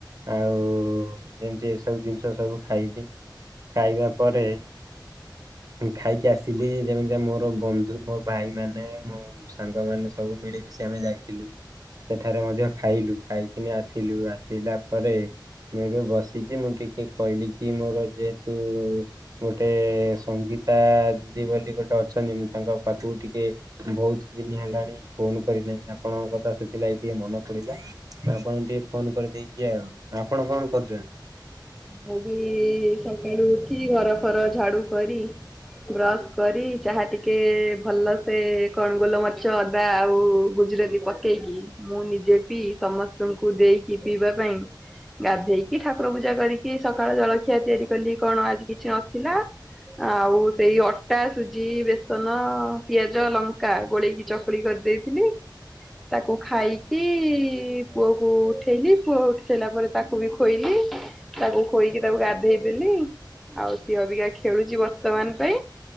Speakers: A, on the right (about 50°); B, in the centre.
A: ଆଉ ଯେମିତି ଏ ସବୁ ଜିନିଷ ସବୁ ଖାଇଲି ଖାଇବା ପରେ। ଖାଇକି ଆସିବି ଯେମିତି ମୋର ବନ୍ଧୁ ମୋର ଭାଇ ମାନେ ମୁଁ ସାଙ୍ଗମାନୋନେ ସବୁ ମିଳିମିଶି ଆମେ ଯାଇଥିଲୁ। ସେଠାରେ ମଧ୍ୟ ଖାଇଲୁ ଖାଇକିନି ଆସିଲୁ ଆସିଲା ପରେ। ମୁଁ ଏବେ ବସିଛି ମୁଁ ଟିକେ କହିଲି କି ମୋର ଯେହେତୁ ଗୋଟେ ସଙ୍ଗୀତା ଦିଦି ବୋଲି ଗୋଟେ ଅଛନ୍ତି ମୁଁ ତାଙ୍କ ପାଖକୁ ଟିକେ ବହୁତ ଦିନି ହେଲାଣି ଫୋନ କରିନାହିଁ ଆପଣଙ୍କ କଥା ସେଥିଲାଗି ଟିକେ ମନେ ପଡିଲା ଆପଣଙ୍କୁ ଟିକେ ଫୋନ କରିଦେଇଛି ଆଉ ଆପଣ କ'ଣ କରୁଛନ୍ତି?
B: ମୁଁ ବି ସକାଳୁ ଉଠି ଘର ଫର ଝାଡୁ କରି ବ୍ରସ୍ କରି ଚାହା ଟିକେ ଭଲ ସେେ କଣ ଗୋଲ ମାଛ ଅଦା ଆଉ ଗୁଜୁରାତି ପକେଇକି ମୁଁ ନିଜେ ପିଇ ସମସ୍ତଙ୍କୁ ଦେଇକି ପିଇବା ପାଇଁ? ଗାଧେଇକି ଠାକୁର ପୂଜା କରିକି ସକାଳ ଜଳଖିଆ ତିଆରି କଲି କ'ଣ ଆଜି କିଛି ନଥିଲା। ଆଉ ସେଇ ଅଟା ସୁଜି ବେସନ। ପିଆଜ ଲଙ୍କା ଗୋଳେଇକି ଚକୁଳି କରିଦେଇଥିଲି ତାକୁ ଖାଇକି ପୁଅ କ ଉଠେଇଲି ପୁଅ ଉଠି ସାରିଲା ପରେ ତାକୁ ବି ଖୋଇଲି? ତାକୁ ଖୋଇକି ତାକୁ ଗାଧେଇ ଦେେଲି ଆଉ ିଅ ବିିକା ଖେଳୁଛି ବର୍ତ୍ତମାନ ପାଇଁ